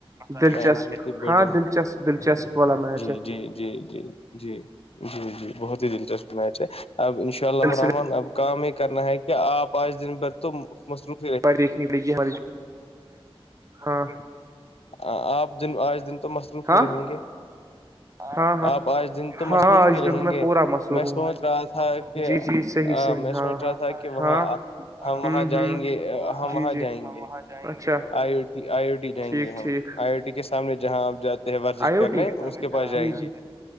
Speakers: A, on the right; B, on the left.
A: دلچسپ
B: لر بہت ہی بڑیا
A: ہاں دلچسپ دلچسپ والا میچ
B: جی
A: ہے
B: جی جی جی جی جی جی بہت ہی دلچسپ میچ ہے اب ان شاء اللہرحمن
A: سلسلے
B: اب کام یہ کرنا ہے کہ آپ آج دن بھر تو مصلوف
A: باریخ نکلے گیپ ہاں
B: آپ دن آج دن تو مصروف
A: ہاں
B: ہی رہیں گے
A: ہاں ہاں
B: آپ آج دن تو
A: ہاں
B: مصروف
A: آج
B: ہی رہیں
A: دن میں
B: گے
A: پورا مصروف
B: میں
A: ہوں
B: سوچ رہا تھا کہ
A: جی جی صحیح صحیح
B: میں
A: ہاں
B: سمجھ رہا تھا کہ وہاں
A: ہاں
B: ہم وہاں
A: ہوں ہوں
B: جائیں گے ہم
A: جی
B: وہاں
A: جی
B: جائیں گے
A: اچھا
B: آئی آئی او ٹی جائیں
A: ٹھیک
B: گے
A: ٹھیک
B: آئی آئی ٹی کے سامنے جہاں آپ جاتے ہیں ورزش
A: آئی او
B: کرنے
A: ٹی
B: اس کے پاس جائیں
A: جی
B: گے
A: جی